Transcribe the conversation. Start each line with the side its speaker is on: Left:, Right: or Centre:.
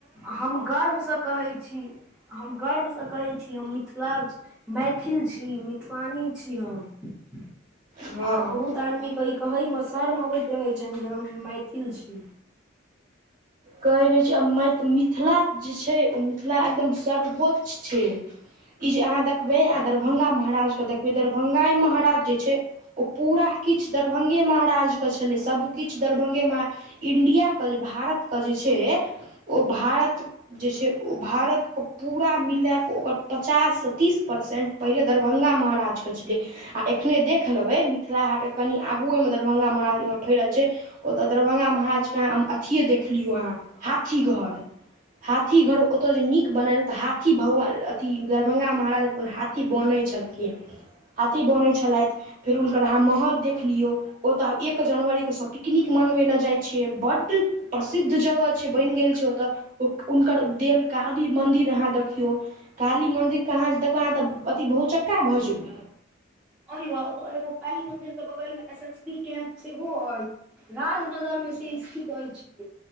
Centre: हम गर्वसँ कहै छी हम गर्वसँ कहै छी हम मिथिला मैथिल छी मिथिलानी छी हम।
Right: हँ
Centre: आ बहुत आदमीेके ई कहैमे शर्म अबैत रहैत छनि जे हम मैथिल छी।
Right: कहैत रहै छैय आ मै मिथिला जे छैय ओ मिथिला एकदम सर्वोच्च छैय। ई जे अहाँ देखबै आ दरभंगा महाराज के देखबै दरभंगा महाराज जे छैय ओ पूरा किछु दरभंगे महाराजके छलै सभकिछु दरभंगे म इण्डियाके जे भारतके जे छैय ओ भारत जे छैय ओ भारतके पूरा मिला कऽ ओकर पचाससँ तीस परसेन्ट पहिले दरभङ्गा महाराजके छलै। आ एखने देख लेबै मिथिला हाटके कनि आगू एहिमे दरभंगा माजमे फैल छैय। ओतय दरभंगा महाराजके अथिए देख लियौ अहाँ हाथी घर। हाथी घर ओतऽ जे नीक बनायल तऽ हाथी भगवान अथी दरभङ्ंगा महाराज अपन हाथी बान्है छलखिन हाथी बान्है छलथि फेर हुनकर अहाँ महल देख लियौ। ओतय एक जनवरीके सभ पिकनिक मनबै लए जाइत छैय बड्ड प्रसिद्ध जगह छैय बनि गेल छैय ओतऽ हुनकर देल काली मन्दिर अहाँ देखियौ। काली मन्दिरके अहाँ देखबै अहाँ तऽ अथी बहुचक्का भऽ जेबै।
Centre: आओर ए काली मंदिर के बगल मे एस एस बी कैम्प सेहो अछि। राजनगरमे से स्थित अछि।